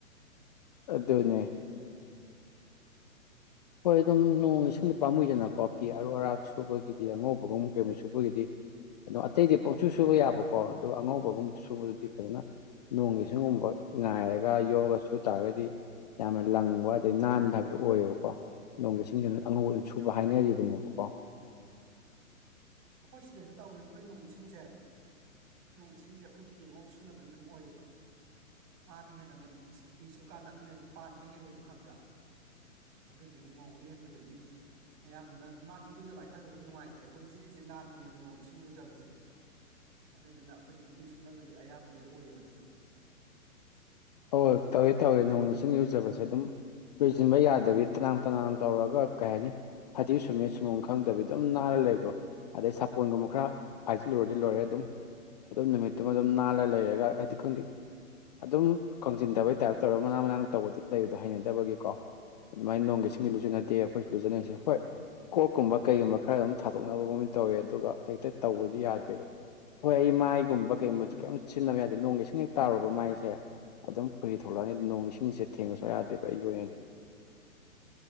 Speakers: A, on the left; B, on the right.
A: ꯑꯗꯨꯅꯦ ꯍꯣꯏ ꯑꯗꯨꯝ ꯅꯣꯡ ꯏꯁꯤꯡꯗꯤ ꯄꯥꯝꯃꯨꯏꯗꯅꯀꯣ ꯐꯤ ꯑꯔꯨ ꯑꯔꯥꯛ ꯁꯨꯕꯒꯤꯗꯤ ꯑꯉꯧꯕꯒ ꯀꯩꯒꯨꯝꯕ ꯁꯨꯕꯒꯤꯗꯤ ꯑꯗꯣ ꯑꯇꯩꯗꯤ ꯄꯥꯡꯁꯨ ꯁꯨꯕ ꯌꯥꯕꯀꯣ ꯑꯗꯨꯒ ꯑꯉꯧꯕꯒꯨꯝ ꯁꯨꯕꯗꯨꯗꯤ ꯐꯖꯅ ꯅꯣꯡꯒꯤ ꯏꯁꯤꯒꯨꯝꯕ ꯉꯥꯏꯔꯒ ꯌꯣꯛꯑꯒ ꯁꯨ ꯇꯥꯔꯒꯗꯤ ꯌꯥꯝꯅ ꯂꯪꯕ ꯑꯗꯩ ꯅꯥꯟꯕ ꯍꯥꯏꯕꯗꯨ ꯑꯣꯏꯌꯦꯕꯀꯣ ꯅꯣꯡꯒꯤ ꯏꯁꯤꯡꯁꯤꯅ ꯑꯉꯧꯕ ꯁꯨꯕ ꯍꯥꯏꯅꯔꯤꯕꯅꯦꯕꯀꯣ
B: ꯑꯩꯈꯣꯏ ꯁꯤꯗꯁꯨ ꯇꯧꯏ ꯑꯩꯈꯣꯏ ꯅꯣꯡ ꯏꯁꯤꯡꯁꯦ ꯅꯣꯡ ꯏꯁꯤꯡꯁꯦ ꯑꯩꯈꯣꯏ ꯐꯤ ꯑꯉꯧꯕ ꯁꯨꯅꯕꯒꯤ ꯑꯗꯨꯝ ꯑꯣꯏꯌꯦꯕ ꯃꯥꯅ ꯍꯦꯟꯅ ꯐꯤꯁꯨ ꯀꯥꯟꯗ ꯑꯗꯨꯅꯦꯅ ꯄꯥꯟꯕ ꯍꯦꯜꯂꯦꯕ ꯈꯪꯕ꯭ꯔꯥ ꯑꯗꯨꯗꯨꯒꯤ ꯉꯧꯕ ꯍꯦꯟꯕꯗꯨꯒꯤ ꯑꯌꯥꯝꯕꯅ ꯃꯥꯗꯤ ꯏꯔꯨꯖ ꯃꯥꯏꯊꯖꯕ ꯅꯨꯡꯉꯥꯏꯇꯦ ꯑꯩꯈꯣꯏ ꯖꯤꯔꯤ ꯁꯤ ꯅꯥꯟꯕꯅꯦꯕ ꯅꯣꯡ ꯏꯁꯤꯡ ꯏꯔꯨꯖꯕꯁꯦ ꯑꯗꯨꯗꯨꯅ ꯑꯩꯈꯣꯏꯗꯤ ꯐꯤ ꯁꯨꯅꯕꯒꯤ ꯑꯌꯥꯝꯕ ꯂꯣꯏ ꯑꯣꯏꯌꯦꯕ ꯑꯗꯨꯏꯗꯣ
A: ꯍꯣꯏ ꯇꯧꯋꯦ ꯇꯧꯋꯦ ꯅꯣꯡ ꯏꯁꯤꯡ ꯂꯨꯖꯕꯁꯦ ꯑꯗꯨꯝ ꯂꯣꯏꯁꯤꯟꯕ ꯌꯥꯗꯕꯤ ꯇꯅꯥꯡ ꯇꯅꯥꯡ ꯇꯧꯔꯒ ꯀꯩ ꯍꯥꯏꯅꯤ ꯐꯗꯤ ꯁꯨꯝꯃꯦ ꯁꯨꯕꯥꯝ ꯈꯪꯗꯕꯤ ꯑꯗꯨꯝ ꯅꯥꯔ ꯂꯩꯕꯗꯣ ꯑꯗꯩ ꯁꯥꯄꯣꯟꯒꯨꯝꯕ ꯈꯔ ꯍꯥꯏꯖꯤꯜꯂꯨꯔꯗꯤ ꯂꯣꯏꯔꯦ ꯑꯗꯨꯝ ꯑꯗꯨꯝ ꯅꯨꯃꯤꯠꯇꯨꯃ ꯑꯗꯨꯝ ꯅꯥꯜꯂ ꯂꯩꯔꯒ ꯍꯥꯏꯗꯤ ꯈꯪꯗꯦ ꯑꯗꯨꯝ ꯀꯪꯁꯤꯟꯗꯕꯩ ꯇꯥꯏꯞ ꯇꯧꯔ ꯃꯅꯥ ꯃꯅꯥꯟ ꯇꯧꯕꯗꯨ ꯂꯩꯕ ꯍꯩꯅꯗꯕꯒꯤꯀꯣ ꯑꯗꯨꯃꯥꯏꯅ ꯅꯣꯡꯒꯤ ꯏꯁꯤꯡꯗꯤ ꯂꯨꯖꯟꯅꯗꯦ ꯑꯩꯈꯣꯏꯁꯨ ꯂꯨꯖꯟꯅꯔꯤꯁꯦ ꯍꯣꯏ ꯀꯣꯛꯀꯨꯝꯕ ꯀꯩꯒꯨꯝꯕ ꯈꯔ ꯑꯗꯨꯝ ꯊꯥꯗꯣꯛꯅꯕꯒꯨꯝ ꯇꯧꯋꯦ ꯑꯗꯨꯒ ꯍꯦꯛꯇ ꯇꯧꯕꯗꯤ ꯌꯥꯗꯦꯕ ꯍꯣꯏ ꯑꯩ ꯃꯥꯏꯒꯨꯝꯕ ꯀꯩꯒꯨꯝꯕꯁꯦ ꯀꯩꯝꯇ ꯁꯤꯖꯤꯟꯅꯕ ꯌꯥꯗꯦ ꯅꯣꯡ ꯏꯁꯤꯡ ꯍꯦꯛ ꯇꯥꯔꯨꯔꯕ ꯃꯥꯏꯁꯦ ꯑꯗꯨꯝ ꯐꯨꯔꯤ ꯊꯣꯛꯂꯛꯑꯅꯤ ꯅꯣꯡ ꯏꯁꯤꯡꯁꯦ ꯊꯦꯡꯕꯁꯨ ꯌꯥꯗꯦꯕ ꯑꯩꯒꯤ ꯑꯣꯏꯅꯗꯤ